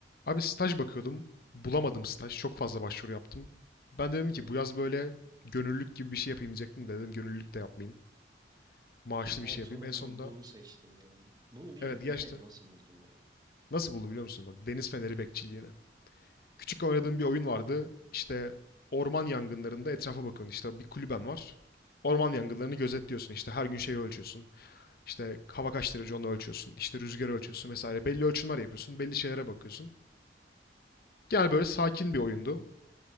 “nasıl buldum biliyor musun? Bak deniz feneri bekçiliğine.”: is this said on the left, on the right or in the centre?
Left